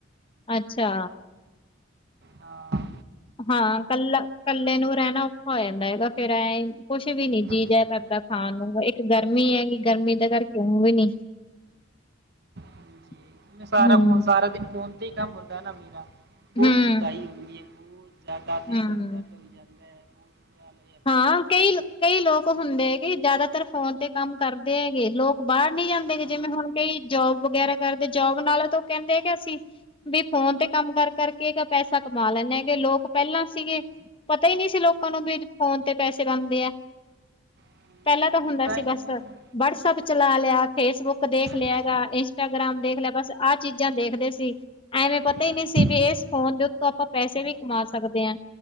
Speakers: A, on the left; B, on the right.
A: ਅੱਛਾ,
B: ਹਾਂ
A: ਹਾਂ ਕੱਲਾ, ਕੱਲੇ ਨੂੰ ਰਹਿਣਾ ਔਖਾ ਹੋ ਜਾਂਦਾ ਹੈਗਾ ਫੇਰ ਐ ਕੁੱਛ ਵੀ ਨੀ
B: ਹਾਂਜੀ
A: ਜੀ ਜਿਹਾ ਕਰਦਾ, ਖਾਣ ਨੂੰ ਇੱਕ ਗਰਮੀ ਹੈਗੀ ਗਰਮੀ ਦੇ ਕਰਕੇ ਕਿਉ ਵੀ ਨੀ, <inaudible>
B: ਹਾਂਜੀ ਮੈਂ ਸਾਰਾ
A: ਹੂੰ,
B: ਫੋਨ ਸਾਰਾ ਦਿਨ, ਫੋਨ ਤੇ ਹੀ ਕੰਮ ਹੁੰਦਾ ਨਾ ਮੇਰਾ ਬਹੁਤ
A: ਹੂੰ,
B: ਬਤਾਈ ਹੁੰਦੀ ਏ ਜ਼ਿਆਦਾਤੀ
A: ਹੂੰ।
B: ਸਿਰ ਦਰਦ ਹੋਈ ਜਾਂਦਾ ਹੈ ਬੁਰਾ ਹਾਲ ਹੋਇਆ ਪਿਆ
A: ਹਾਂ
B: ਮੇਰਾ
A: ਕਈ, ਕਈ ਲੋਕ ਹੁੰਦੇ ਹੈਗੇ ਜ਼ਿਆਦਾਤਰ ਫੋਨ ਤੇ ਕੰਮ ਕਰਦੇ ਹੈਗੇ ਲੋਕ ਬਾਹਰ, ਨਹੀ ਜਾਂਦੇ
B: ਹਾਂ
A: ਜਿਵੇਂ ਹੁਣ ਕਈ ਜੋਬ ਵਗੈਰਾ ਕਰਦੇ ਜੋਬ ਨਾਲੋ ਤੋਂ ਕਹਿੰਦੇ ਕਿ ਅਸੀਂ, ਵੀ ਫੋਨ ਤੇ ਕੰਮ ਕਰ ਕਰ ਕਰਕੇ ਪੈਸਾ ਕਮਾ ਲੈਂਦੇ ਹੈਗੇ ਲੋਕ ਪਹਿਲਾਂ ਸੀਗੇ ਪਤਾ ਹੀ ਨਹੀਂ ਸੀ ਲੋਕਾਂ ਨੂੰ ਫਿਰ, ਫੋਨ ਤੇ ਪੈਸੇ ਬਣਦੇ ਹੈ
B: ਹਾਂਜੀ
A: ਪਹਿਲਾਂ
B: ਹਾਂਜੀ
A: ਤਾਂ ਹੁੰਦਾ ਸੀ
B: ਹੀ ਕਹਿੰਦੀ
A: ਬਸ,
B: ਨੂੰ
A: ਵਟਸਐਪ ਚਲਾ ਲਿਆ ਫੇਸਬੁੱਕ ਦੇਖ ਲਿਆ
B: ਹਾਂਜੀ
A: ਹੈਗਾ ਇੰਸਟਾਗ੍ਰਾਮ ਦੇਖ ਲਿਆ ਬਸ ਆਹ ਚੀਜ਼ਾਂ ਦੇਖਦੇ ਸੀ ਐਵੇਂ ਪਤਾ ਹੀ
B: ਹਾਂਜੀ
A: ਨਹੀਂ ਸੀ ਵੀ ਇਸ ਫੋਨ ਦੇ ਉੱਤੋਂ ਆਪਾਂ ਪੈਸੇ ਵੀ ਕਮਾ ਸਕਦੇ ਹਾਂ,